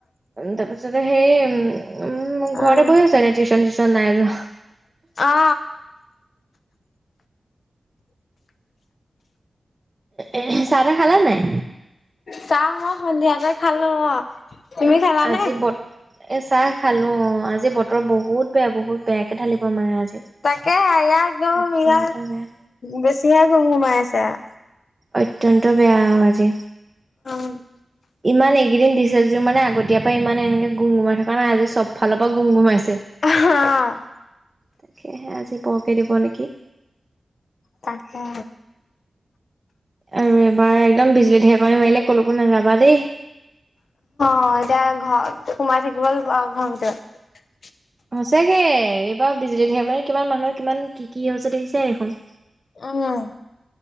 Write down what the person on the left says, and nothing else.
অ
অ - অ।
চাহ মই সন্ধিয়াতে খালো অ', তুমি খালানে?
তাকেহে <unintelligible>
বেছিহে গুমগুমাইছে আও।
উ
অ'
তাকে
অ', এতিয়া ঘৰত, সোমাই থাকিব লাগিব আৰু, ঘৰৰ ভিতৰত।
উম'।